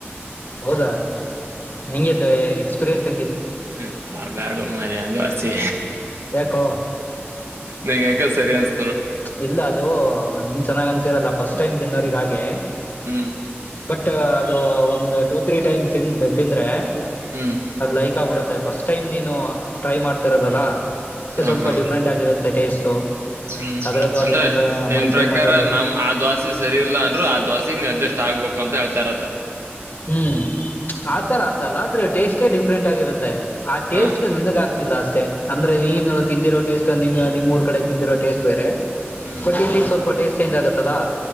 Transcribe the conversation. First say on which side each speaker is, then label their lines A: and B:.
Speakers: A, on the left (about 45°); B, on the right (about 75°).
A: ಹೌದಾ ಹೆಂಗೈತೆ ಎಕ್ಸ್ ಪಿರಿಯನ್ಸ್ ಹೆಂಗಿತ್ತು
B: ಎಪ್ಪಾ ಬ್ಯಾಡೋ ಮಾರಯ್ಯ ದ್ವಾ ಸಿ
A: ಯಾಕೋ
B: ನಂಗ್ ಯಾಕೋ ಸರಿಆನ್ಸ್-
A: ಇಲ್ಲ ಅದು ನಿನ್ ಚೆನ್ನಾಗ ಅನ್ಸಿರಲ್ಲ ಫಸ್ಟ್ ಟೈಮ್ ತಿನ್ನೋರಿಗೆ ಹಾಗೆ
B: ಹ್ಮ್
A: ಬಟ್ ಅದು ಒಂದು ಟೂ ತ್ರೀ ಟೈಮ್ಸ್ ತಿಂದ್ರೆ
B: ಹ್ಮ್
A: ಅದ ಲೈಕ್ ಆಗಿ ಕೊಡುತ್ತೆ ಪಸ್ ಟೈಮ್ ನೀನು ಟ್ರೈ ಮಾಡ್ತಿರೋದಲ್ಲಾ
B: ಹಾ
A: ಸ್ವಲ್ಪ
B: ಹಾ
A: ಡಿಫ್ರೆಂಟ್ ಆಗಿರುತ್ತೆ ಟೇಸ್ಟು
B: ಹ್ಮ್
A: ಅದರಲ್ಲೂ
B: ಅಂದ್ರೆ
A: ಅದು ಮಸ
B: ನಿಮ್
A: ಮೈಸೂರು
B: ಪ್ರಕಾರ
A: ಮಸಾಲೆ
B: ನಮ್ ಆ ದ್ವಾಸಿ ಸರಿ ಇಲ್ಲ ಅಂದ್ರು ಆ ದ್ವಾಸಿ ನೀ ಅಡ್ಜಸ್ಟ್ ಆಗ್ಬೇಕು ಕೊಂತ ಹೇಳ್ತಾರ ಅದ
A: ಹೂ ಆತರ ಅಂತಲ್ಲ ಆದ್ರೆ ಟೇಸ್ಟ್ ಷ್ಟೇ ಡಿಫ್ರೆಂಟ್ ಆಗಿರುತ್ತೆ ಆ ಟೇಸ್ಟ್
B: ಹಾ
A: ನಿನಗ ಆಗ್ತಿಲ್ಲ ಅಷ್ಟೇ <unintelligible> ಅಂದ್ರೆ ನೀನು
B: ಹಾ
A: ತಿಂದಿರೋ ಟೇಸ್ಟ್ ನಿಮ್ಮೂರು ಕಡೆ ತಿಂದಿರೋ ಟೇಸ್ಟ್ ಬೇರೆ
B: ಹ್ಮ್
A: ಬಟ್ ಇಲ್ಲಿ ಸ್ವಲ್ಪ ಟೇಸ್ಟ್ ಚೇಂಜ್ ಆಗತ್ತಲ್ಲಾ